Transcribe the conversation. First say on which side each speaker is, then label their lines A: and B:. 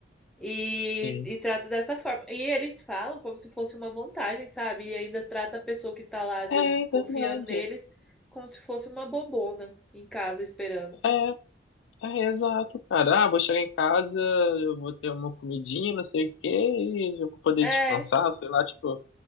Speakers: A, in the centre; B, on the left.
A: E,
B: sim.
A: e trata dessa forma. E eles falam como se fosse uma vantagem, sabe? E ainda trata a pessoa que tá lá, às
B: É
A: vezes, confiando
B: verdade.
A: neles, como se fosse uma bobona em casa esperando.
B: É, é exato, cara. Ah, vou chegar em casa, eu vou ter uma comidinha, não sei o quê, e eu vou poder
A: É,
B: descansar, sei lá, tipo,